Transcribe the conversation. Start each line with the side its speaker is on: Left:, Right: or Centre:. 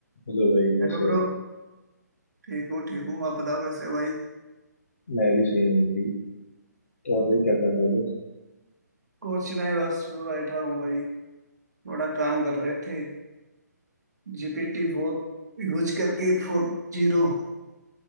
Left: हेलो भाई कैसे
Right: Hello
Left: हो
Right: bro ठीक हूँ ठीक हूँ आप बताओ कैसे हो भाई
Left: मैं भी सही हूँ भाई और भाई क्या कर रहा था
Right: कुछ नहीं बस बैठा हूँ भाई थोड़ा काम कर रहे थे जीपीटी फोर यूज करके फोर जीरो